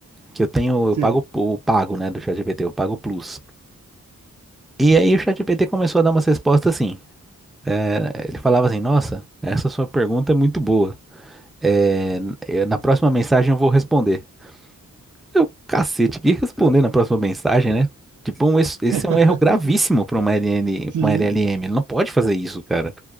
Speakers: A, in the centre; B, on the right.
A: que eu tenho, eu
B: Sim,
A: pago o pago, né, do ChatGPT, eu pago o Plus. E aí o ChatGPT começou a dar umas respostas assim. Eh, Ele falava assim, nossa, essa sua pergunta é muito boa. É, eu- na próxima mensagem eu vou responder. Eu, cacete, que responder na próxima mensagem, né? Tipo, um, es- esse
B: <laughs>
A: é um erro gravíssimo para uma LN,
B: sim,
A: pra uma LLM. Ele não pode fazer isso, cara.